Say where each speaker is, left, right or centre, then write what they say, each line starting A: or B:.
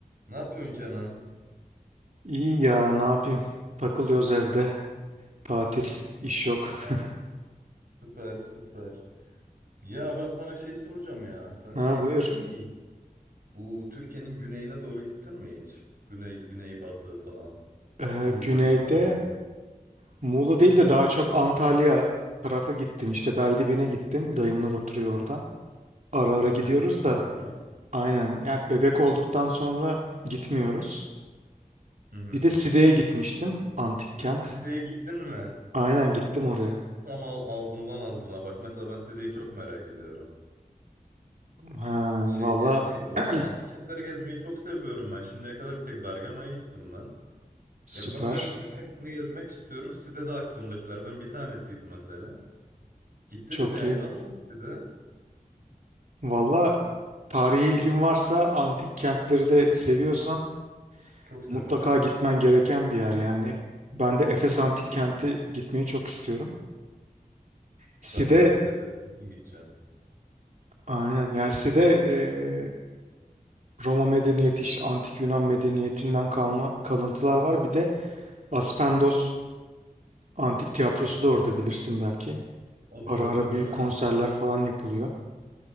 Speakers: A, on the right; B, on the right.
A: Ne yapıyorsun Kenan?
B: İyi ya ne yapayım? Takılıyoruz evde. Tatil, iş yok.
A: Ah,
B: <laughs>
A: süper süper. Ya ben sana şey soracağım ya. Sen
B: Ha
A: şey
B: buyur.
A: gittin mi? Bu Türkiye'nin güneyine doğru gittin mi hiç? Güney, güneybatı falan.
B: Ee,
A: Muğla
B: güneyde
A: civarları.
B: Muğla değil de daha çok Antalya tarafı gittim. İşte Beldibine gittim. Dayımlar oturuyor orada. Ara
A: Antalya'ya
B: ara gidiyoruz
A: gittin
B: da
A: değil mi?
B: aynen. Ya bebek olduktan sonra gitmiyoruz.
A: Hı hı.
B: Bir de Side'ye gitmiştim. Antik kent.
A: Side'ye gittin mi?
B: Aynen gittim
A: Tam,
B: oraya.
A: tam ağ- ağzımdan aldın ha. Bak mesela ben Side'yi çok merak ediyorum.
B: Ha
A: Şey
B: valla
A: yani
B: <clears throat>
A: o antik kentleri gezmeyi çok seviyorum ben. Şimdiye kadar bir tek Bergama'ya gittim ben.
B: süper.
A: Ya ben bu yaz gidip hepsini gezmek istiyorum. Side de aklımdakilerden bir tanesiydi mesela. Gittiniz
B: Çok
A: yani.
B: iyi.
A: Nasıl gitti de?
B: Valla tarihi ilgin varsa antik kentleri de seviyorsan
A: Çok seviyorum.
B: Mutlaka gitmen gereken bir yer yani. Ben de Efes Antik Kenti gitmeyi çok istiyorum. Side
A: Ben de bu yaz Efes'e kesin gideceğim.
B: aynen yani Side e, Roma medeniyeti işte antik Yunan medeniyetinden kalma kalıntılar var. Bir de Aspendos Antik Tiyatrosu
A: Hı hı.
B: da orada bilirsin belki.
A: O
B: Ara
A: da orada
B: ara
A: değil
B: büyük
A: mi?
B: konserler falan yapılıyor.